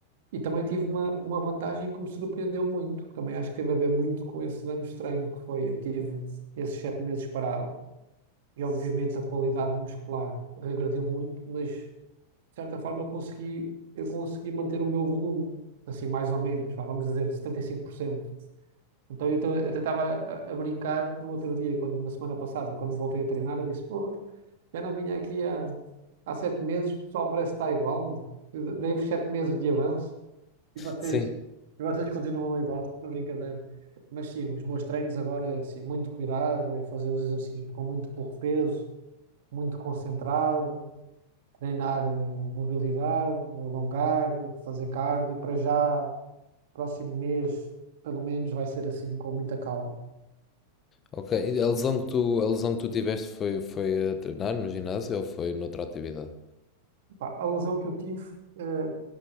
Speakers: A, on the right; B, on the left.
A: e também tive uma, uma vantagem que me surpreendeu muito, que também acho que teve a ver muito com esses anos de treino que foi, eu tive esses sete meses parado e obviamente a qualidade muscular regrediu muito, mas de certa forma, eu consegui, eu consegui manter o meu volume, assim, mais ou menos, vá, vamos dizer, 75%. Então, eu até estava a, a brincar no outro dia, quando, na semana passada, quando voltei a treinar, eu disse, porra, já não vinha aqui há, há sete meses, o pessoal parece que está igual, meu. Eu Dei-vos sete meses de avanço e vocês,
B: Sim.
A: e vocês continuam igual, na brincadeira. Mas sim, os meus treinos agora, é assim, muito cuidado, é fazer os exercícios com muito pouco peso, muito concentrado, treinar eh, mobilidade, alongar, fazer cardio. Para já, próximo mês, pelo menos, vai ser assim, com muita calma.
B: Ok. E a lesão que tu, a lesão que tu tiveste foi, foi a treinar no ginásio ou foi noutra atividade?
A: Pá, a lesão que eu tive, eh,